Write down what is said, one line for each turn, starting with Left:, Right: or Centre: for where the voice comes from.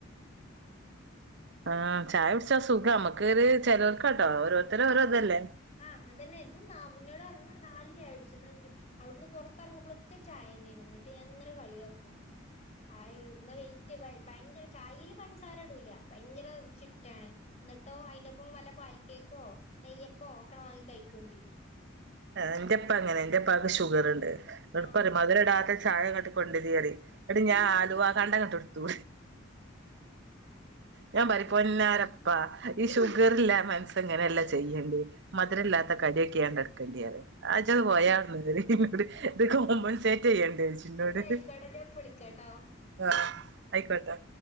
Right: ആഹ് ചായ കുടിച്ചാ സുഖം നമ്മക്ക് ഒരു ചിലോർക്കട്ടോ ഒരു ഒരോരുതര്
Left: ആഹ്
Right: ഇത് ല്ലേ
Left: ആഹ് അതന്നെ ത് ന മുന്നോട് പറഞ്ഞ നാല് ചായ് ടിച് ന്ന അജ് അവിടുന്ന് പൊറത്തിറങ്ങുമ്പളൊക്കെ ചായന്നെയന് അങ്ങട്ട് ഞാ ങ്ങനെ കളിയാക്കും ചായ ഇന്ന വെയിറ്റ് ഭയങ്കര ചായെൽ പൻസാര ഇടൂല ഭയങ്കര ചിട്ടാണ് എന്നിട്ടോ അയിന്റെപ്പം വല്ല പാൽക്കേക്കോ നെയ്യപ്പോ ഒക്കെ ണ്ട് വാങ്ങി കഴിക്കെ ചെയ്യും
Right: എന്റെപ്പ അങ്ങനെ എന്റെപ്പക്ക്
Left: ആഹ്
Right: ഷുഗറുണ്ട് എന്നിട്ട്പ്പ
Left: ആഹ്
Right: മധുര
Left: ഇതാൾക്ക്
Right: ഇടാത്ത ചായ ക കൊണ്ടിരി പറയും എന്നിട്ട്
Left: ഉം
Right: ഞാ ആലുവാ കണ്ടങ്ങോട്ടടുത്തു ഞാൻ പറി പ്പോന്നാരപ്പാ ഈ ഷുഗർല്ല മന അങ്ങനെയെല്ലാം ചെയ്യേണ്ട മധുരല്ലാത്ത കടിയൊക്ക ണ്ടാക്കേണ്ടി അറിം ആ ജ്ജ്ഒന്ന് പോയാട്ന്നറി എന്നോട്
Left: ഉം
Right: ഇത് കോമ്പൻസേറ്റ് ചെയ്യണ്ട ന്നോട്
Left: എന്തായിക്കോട്ടെ ഞാൻ ഇപ്പ വിളിക്കാട്ടോ
Right: ആഹ് ആയിക്കോട്ടാ